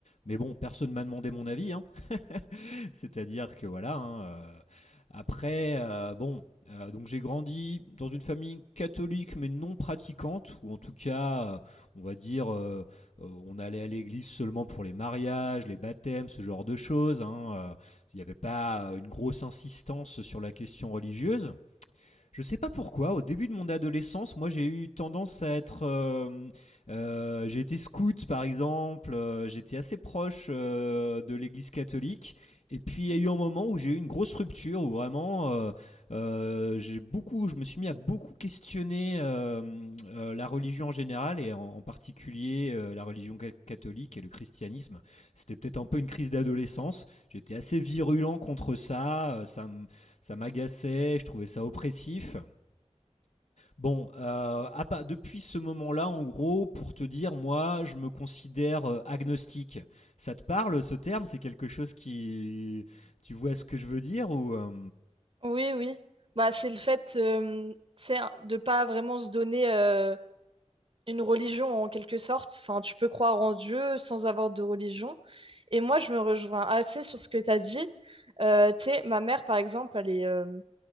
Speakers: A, on the left; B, on the right.
A: Mais bon, personne ne m'a demandé mon avis, hein. <laughs> C'est-à-dire que voilà. hein, euh, après, euh, bon, euh, donc j'ai grandi dans une famille catholique mais non pratiquante, ou en tout cas, euh, on va dire, euh, euh, on allait à l'église seulement pour les mariages, les baptêmes, ce genre de choses. hein, euh, Il n'y avait pas euh, une grosse insistance sur la question religieuse. Je sais pas pourquoi, au début de mon adolescence, moi j'ai eu tendance à être. euh, euh, j'ai été scout par exemple, euh, j'étais assez proche euh, de l'église catholique. Et puis il y a eu un moment où j'ai eu une grosse rupture, où vraiment euh, euh, j'ai beaucoup, je me suis mis à beaucoup questionner euh, euh, la religion en général et en, en particulier euh, la religion ca- catholique et le christianisme. C'était peut-être un peu une crise d'adolescence. J'étais assez virulent contre ça. euh, Ça me ça m'agaçait, je trouvais ça oppressif. Bon, euh, à depuis ce moment-là, en gros, pour te dire, moi, je me considère euh, agnostique. Ça te parle, ce terme C'est quelque chose qui... Tu vois ce que je veux dire ou... euh,
B: Oui, oui. Bah, c'est le fait euh, c'est un- de pas vraiment se donner euh, une religion en quelque sorte. Enfin, tu peux croire en Dieu sans avoir de religion. Et moi, je me rejoins assez sur ce que tu as dit. Euh, tu sais, ma mère, par exemple, elle est, euh,